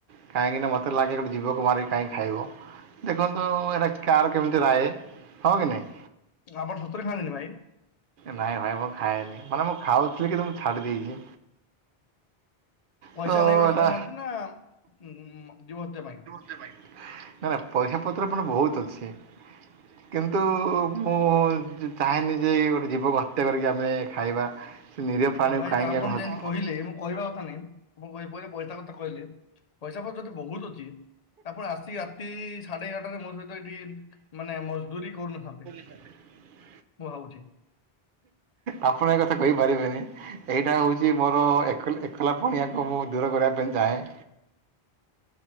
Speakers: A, on the right (about 60°); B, on the left (about 45°).
A: କାହିଁକିନା ମୋତେ ଲାଗେ ଗୋଟେ ଜୀବକୁ ମାରିକି କାହିଁକି ଖାଇବ। ଦେଖନ୍ତୁ ଏଇରା କାହର କେମିତି ରାଏ ହଁ କି ନାଇଁ।
B: ଆପଣ ସତରେ ଖାଆନ୍ତିନି ଭାଇ।
A: ନାଇଁ ଭାଇ ମୁଁ ଖାଏନି ମାନେ ମୁଁ ଖାଉଥିଲି କିନ୍ତୁ ମୁଁ ଛାଡି ଦେଇଛି।
B: ପଇସା
A: ତ
B: ନାହିଁ ବୋଲି
A: ଏଇଟା
B: ଖାଉନାହାନ୍ତି ନା ଉ ଊ ଜୀବହତ୍ୟା ପାଇଁ।
A: ନା ନା ପଇସା ପତ୍ର ପୁଣି ବହୁତ ଅଛି। କିନ୍ତୁ ମୁଁ ଜି ଚାହେଁନି ଯେ ଏ ଗୋଟେ ଜୀବକୁ ହତ୍ୟା କରିକି ଆମେ ଖାଇବା। ସେ ନିରୀହ ପ୍ରାଣୀକୁ
B: ଉଁ ଭାଇ
A: କାହିଁକି
B: ତ ଆପଣ
A: ଆମେ ହ
B: ଯେମିତି କହିଲେ ମୁଁ କହିବା କଥା ନୁହେଁ ମୁ କହି ପରେ ପଇସା କଥା କହିଲେ ପଇସାପତ୍ର ଯଦି ବହୁତ ଅଛି ଆପଣ ଆସିକି ରାତି ସାଢେ ଏଗାରଟାରେ ମୋ ସହିତ ଏଠି ମାନେ ମଜଦୁରୀ କରୁନଥାନ୍ତେ।
A: <inaudible>
B: ମୁଁ ଭାବୁଚି।
A: ଆପଣ ଏ କଥା କହି ପାରିବେନି। ଏଇଟା ହଉଛି ମୋର ଏକଲ ଏକଲା ପଣିଆକୁ ମୁଁ ଦୂର କରିବା ପାଇଁ ଚାହେଁ।